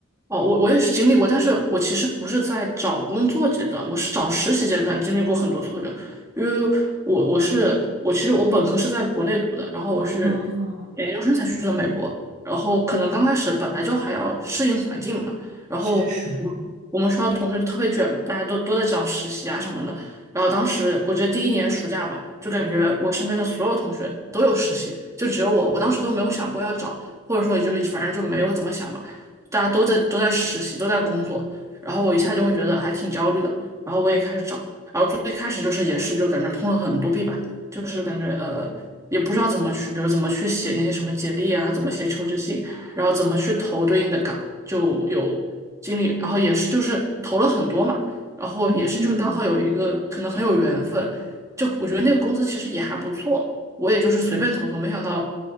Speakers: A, on the right; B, on the right.
A: 哦，我我也是经历过，但是我其实不是在找工作阶段，我是找实习阶段经历过很多挫折，因为我我是我其实我本科是在国内读的，然后我是
B: 哦，
A: 研究生才去的美国，然后可能刚开始本来就还要适应环境嘛，然后我们我们学校同学就特别卷嘛，
B: 确实，
A: 大家都都在找实习啊什么的，然后当时我觉得第一年暑假吧，就感觉我身边的所有同学都有实习，就只有我，我当时都没有想过要找，或者说也就是反正就没有怎么想吧。大家都在都在实习，都在工作，然后我一下就会觉得还挺焦虑的，然后我也开始找，然后最开始就是也是就感觉碰了很多壁吧，就是感觉呃也不知道怎么去，比如怎么去写那些什么简历啊，怎么写求职信，然后怎么去投对应的岗，就有经历，然后也是就是投了很多嘛，然后也是就是刚好有一个可能很有缘分，
B: 嗯嗯，
A: 就我觉得那个公司其实也还不错。我也就是随便投投，没想到